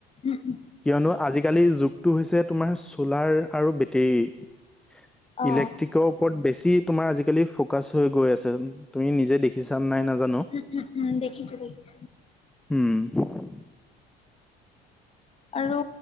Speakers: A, on the left; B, in the centre.
A: উম, উম।
B: কিয়নো আজিকালিৰ যুগটো হৈছে তোমাৰ চ'লাৰ আৰু বেটেৰীৰ।
A: অ
B: ইলেক্ট্ৰিকৰ ওপৰত বেছি তোমাৰ আজিকালি ফকাচ হৈ গৈ আছে তুমি নিজে দে খিছা নে নাই নাজানো
A: উম উম উম দেখিছো দেখিছো।
B: উম।
A: আৰু